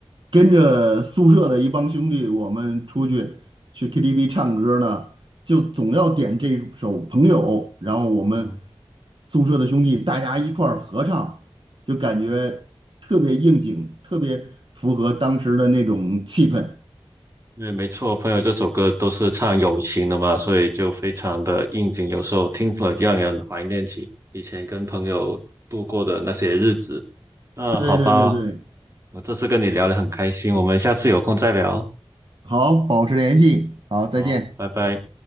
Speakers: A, on the right; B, on the right.
A: 跟着宿舍的一帮兄弟，我们出去去 KTV 唱歌呢，就总要点这首《朋友》，然后我们
B: 嗯
A: 宿舍的兄弟大家一块儿合唱，就感觉特别应景，
B: 嗯。
A: 特别符合当时的那种气氛。
B: 对，没错，朋友这首歌都是唱友情的嘛，所以就非常的应景，有时候听了让人怀念起以前跟朋友度过的那些日子。那好吧，
A: 对对对对，
B: 我这次跟你聊得很开心，我们下次有空再聊。
A: 好，保持联系，好，
B: 好，
A: 再见。
B: 拜拜。